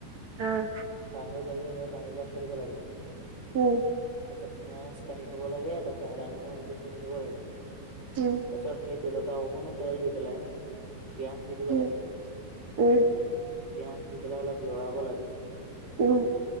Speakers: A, on the right; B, on the right.
A: অ'।
B: ফ্ৰাই হৈ যোৱা পিছত সেয়া কাঁহীপেলাই থৈ দিব লাগে।
A: উম।
B: তাৰ পিছত পিয়াজ কাটি থব লাগে, তাৰপিছত আদা নহৰু এনেকে খুন্দি দিব লাগে।
A: উম।
B: তাৰপিছত সেই তেলত অকণমান তেল দি পেলাই পিঁয়াজ দি দিব
A: উম
B: লাগে।
A: উম
B: পিয়ঁয়াজ দি পেলাই অলপ লৰাব লাগে
A: উম।